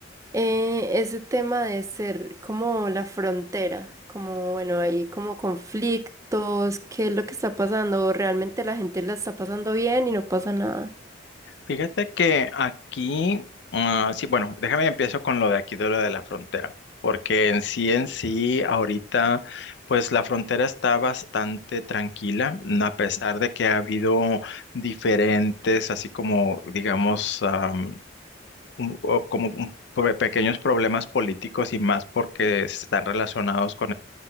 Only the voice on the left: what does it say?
Fíjate que aquí, ah, sí, bueno, déjame empiezo con lo de aquí, de lo de la frontera, porque en sí, en sí, ahorita, pues la frontera está bastante tranquila, mm, a pesar de que ha habido diferentes, así como, digamos, am, un- o como un- pro- pequeños problemas políticos y más porque están relacionados